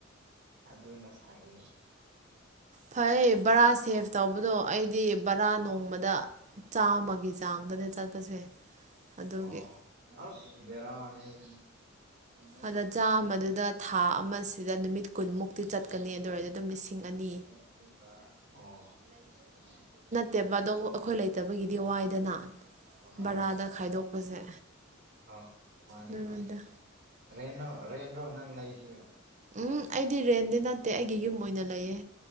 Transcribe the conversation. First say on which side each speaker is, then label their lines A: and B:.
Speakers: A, on the right; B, on the right.
A: ꯑꯗꯨꯅ ꯐꯩ
B: ꯐꯩ ꯕꯔꯥ ꯁꯦꯚ ꯇꯧꯕꯗꯣ ꯑꯩꯗꯤ ꯕꯔꯥ ꯅꯣꯡ ꯗ ꯆꯥꯃꯒꯤ ꯆꯥꯡꯗꯅꯦ ꯆꯠꯄꯁꯦ ꯑꯗꯨꯒꯤ
A: ꯑꯣ ꯑꯁ ꯕꯦꯔꯥꯅꯦꯍꯦ ꯑꯗꯨꯗꯤ
B: ꯑꯗ ꯆꯥꯝꯃꯗꯨꯗ ꯊꯥ ꯑꯃꯁꯤꯗ ꯅꯨꯃꯤꯠ ꯀꯨꯟꯃꯨꯛꯇꯤ ꯆꯠꯀꯅꯤ ꯑꯗꯨꯑꯣꯏꯔꯗꯤ ꯑꯗꯨꯝ ꯂꯤꯁꯤꯡ ꯑꯅꯤ
A: ꯑꯗꯨꯒ ꯎꯝ <unintelligible>
B: ꯇꯦꯕ ꯑꯗꯣ ꯑꯩꯈꯣꯏ ꯂꯩꯇꯕꯒꯤꯗꯤ ꯋꯥꯏꯗꯅ ꯕꯔꯥꯗ
A: ꯑ
B: ꯈꯥꯏꯗꯣꯛꯄꯁꯦ
A: ꯑ ꯃꯥꯅꯦ
B: ꯑꯗꯨꯅꯤꯗ
A: ꯃꯥꯅꯦ ꯔꯦꯟꯅꯣ ꯔꯦꯟꯔꫭ ꯅꯪ ꯂꯩꯁꯤ
B: ꯎꯝ ꯑꯩꯗꯤ ꯔꯦꯟꯗꯤ ꯅꯠꯇꯦ ꯑꯩꯒꯤ ꯌꯨꯝ ꯑꯣꯏꯅ ꯂꯩꯌꯦ